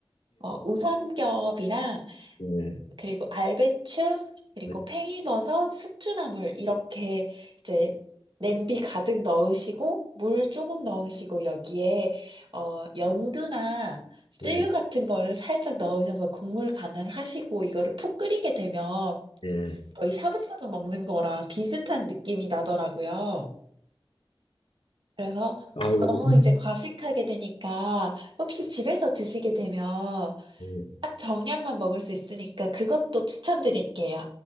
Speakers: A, on the right; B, on the left.
A: 어, 우삼겹이랑
B: 예.
A: 그리고 알배추, 그리고
B: 예.
A: 팽이버섯, 숙주나물 이렇게 이제 냄비 가득 넣으시고 물 조금 넣으시고 여기에 어 연두나 쯔유
B: 예.
A: 같은 거를 살짝 넣으셔서 국물 간을 하시고 이거를 푹 끓이게 되면
B: 예.
A: 거의 샤브샤브 먹는 거랑 비슷한 느낌이 나더라고요. 그래서
B: 아유.
A: 너무 이제 과식하게 되니까 혹시 집에서 드시게 되면
B: 예.
A: 딱 정량만 먹을 수 있으니까 그것도 추천드릴게요.